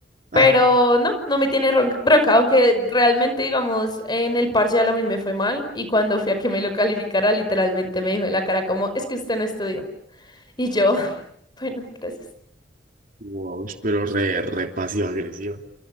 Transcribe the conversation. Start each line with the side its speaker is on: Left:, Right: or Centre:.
Right: Ah,
Left: Pero no, no me tiene ronca- bronca, aunque realmente, digamos, en el parcial a mí me fue mal y cuando fui a que me lo calificara, literalmente me dijo en la cara como, es que usted no estudió. Y yo, <laughs> bueno, gracias.
Right: wow, pero re, re pasiva agresiva.